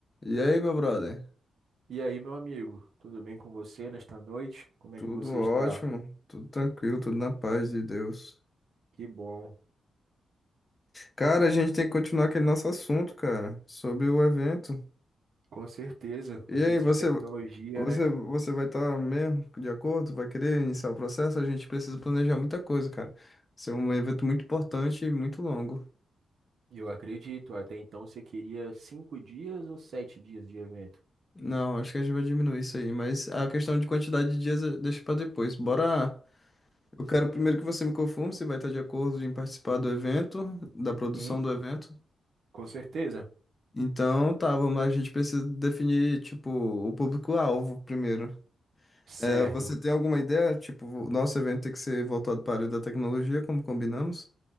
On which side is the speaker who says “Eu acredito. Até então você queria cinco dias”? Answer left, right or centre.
Right